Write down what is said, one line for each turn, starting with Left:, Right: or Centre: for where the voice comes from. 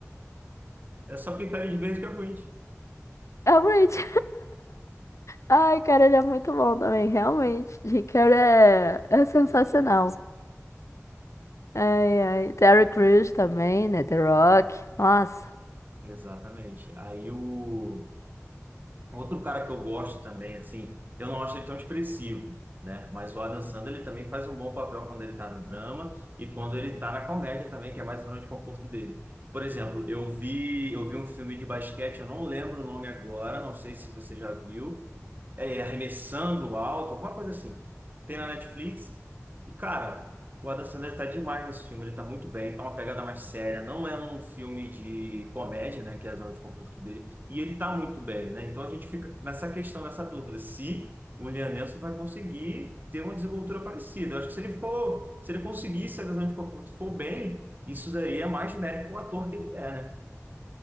Right: É só pintar eles de verde que é ruim.
Left: É o Grinch. Ai, cara, ele é muito bom também, realmente. Ricardo é, é sensacional. Ai, ai. Terry Crews também, né? The Rock. Nossa,
Right: Exatamente. Aí o. Outro cara que eu gosto também, assim, eu não acho ele tão expressivo, né? Mas o Adam Sandler, ele também faz um bom papel quando ele tá no drama e quando ele tá na comédia também, que é mais a zona de conforto dele. Por exemplo, eu vi, eu vi um filme de basquete, eu não lembro o nome agora, não sei se você já viu, é, arremessando alto, alguma coisa assim. Tem na Netflix. E, cara, o Adam Sandler tá demais nesse filme. Ele tá muito bem, tá uma pegada mais séria. Não é um filme de comédia, né? Que é a zona de conforto dele. E ele tá muito bem, né? Então a gente fica nessa questão, nessa dúvida, se o Liam Neeson vai conseguir ter uma desenvoltura parecida. Eu acho que se ele for, se ele conseguir sair da zona de conforto e for bem, isso daí é mais mérito pro ator que ele é, né?